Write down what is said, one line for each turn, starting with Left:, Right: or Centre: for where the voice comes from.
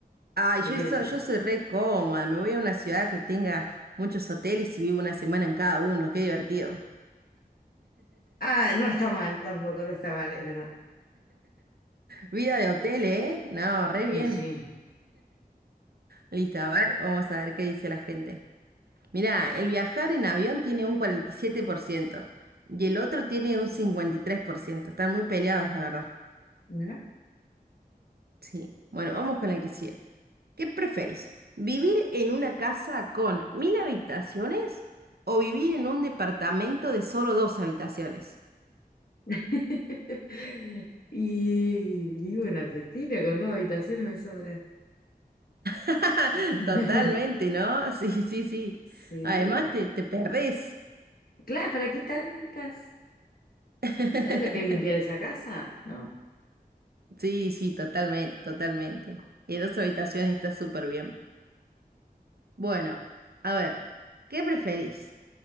Right: Ay,
Left: ¿De
Right: yo,
Left: qué
Right: so-
Left: decir?
Right: yo soy re cómoda, me voy a una ciudad que tenga muchos hoteles y vivo una semana en cada uno, qué divertido.
Left: Ah, no está mal, tampoco no está mal, es verdad.
Right: Vida de hotel, ¿eh? No, re
Left: Y
Right: bien.
Left: sí.
Right: Listo, a ver, vamos a ver qué dice la gente. Mirá, el viajar en avión tiene un 47% y siete por ciento y el otro tiene un 53%. Están muy peleados, la verdad.
Left: ¿no?
Right: Sí. Bueno, vamos con el que sigue. ¿Qué preferís? ¿Vivir en una casa con mil habitaciones o vivir en un departamento de solo dos habitaciones?
Left: <laughs> Y vivo en Argentina con dos habitaciones me sobra.
Right: <laughs>
Left: <laughs>
Right: Totalmente, ¿no? Sí, sí, sí.
Left: Sí.
Right: Además te, te perdés.
Left: Claro, ¿para qué tantas?
Right: <laughs>
Left: ¿Sabes lo que es limpiar esa casa? No,
Right: Sí, sí, totalmente, totalmente. Y dos habitaciones está súper bien. Bueno, a ver, ¿qué preferís?